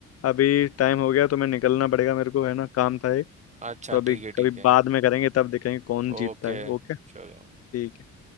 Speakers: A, on the left (about 55°); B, on the right (about 25°).
A: अभी टाइम हो गया तो मैं निकलना पड़ेगा मेरे को है ना काम था एक
B: अच्छा
A: तो अभी
B: ठीक है
A: कभी
B: ठीक है
A: बाद में करेंगे तब देखेंगे कौन
B: ओके
A: जीतता है ओके
B: चलो
A: ठीक है ओके।